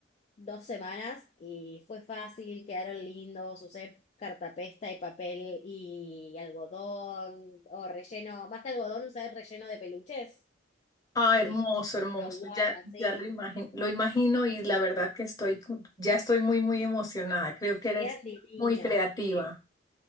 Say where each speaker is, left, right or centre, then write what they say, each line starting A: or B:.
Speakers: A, on the left; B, on the left.
A: dos semanas y fue fácil, quedaron lindos, usé cartapesta y papel y algodón o relleno, más que algodón usé relleno de peluches,
B: Ah, hermoso,
A: ¿viste?
B: hermoso.
A: Una guata,
B: Ya,
A: sí,
B: ya lo imagino, lo imagino y la verdad que estoy, cu- ya estoy muy, muy emocionada. Creo que eres
A: quedan divinos,
B: muy creativa.
A: sí.